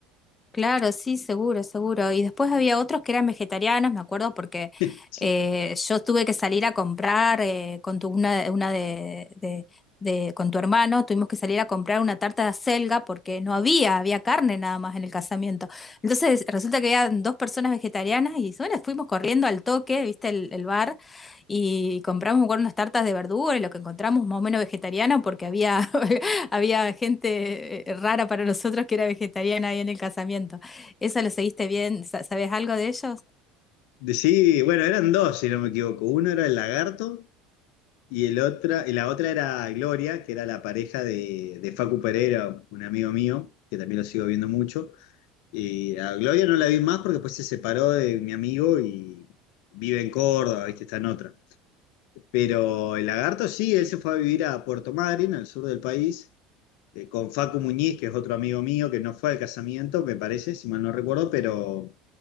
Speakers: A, on the left; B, on the left.
A: Claro, sí, seguro, seguro. Y después había otros que eran vegetarianos, me acuerdo, porque
B: <laughs>
A: eh, yo tuve que salir a comprar eh, con tu, una, una de, de- de- con tu hermano, tuvimos que salir a comprar una tarta de acelga porque no había, había carne nada más en el casamiento. Entonces resulta que había dos personas vegetarianas y bueno, fuimos corriendo al toque, viste el, el bar, y compramos me acuerdo, unas tartas de verdura y lo que encontramos más o menos vegetariano porque había <laughs> Había gente eh, rara para nosotros que era vegetariana ahí en el casamiento. ¿Eso lo seguiste bien? Sa- ¿Sabes algo de ellos?
B: De- Sí, bueno, eran dos, si no me equivoco. Uno era el lagarto y, el otra, y la otra era Gloria, que era la pareja de, de Facu Pereira, un amigo mío, que también lo sigo viendo mucho. Y a Gloria no la vi más porque después se separó de mi amigo y vive en Córdoba, ¿viste? Está en otra. Pero el lagarto sí, él se fue a vivir a Puerto Madryn, al sur del país, eh, con Facu Muñiz, que es otro amigo mío que no fue al casamiento, me parece, si mal no recuerdo, pero